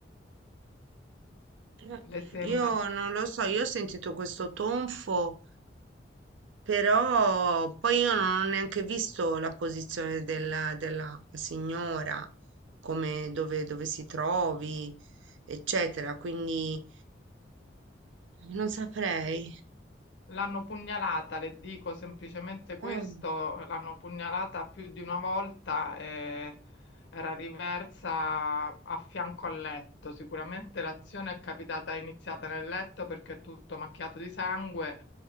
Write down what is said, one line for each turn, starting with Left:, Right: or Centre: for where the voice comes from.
Right: Eh,
Left: le sembra.
Right: Io non lo so, io ho sentito questo tonfo, però poi io non ho neanche visto la posizione della, della signora, come dove, dove si trovi, eccetera, quindi non saprei.
Left: L'hanno pugnalata, le dico semplicemente questo,
Right: Oh,
Left: l'hanno pugnalata più di una volta e era riversa a fianco al letto. Sicuramente l'azione è capitata, è iniziata nel letto perché è tutto macchiato di sangue.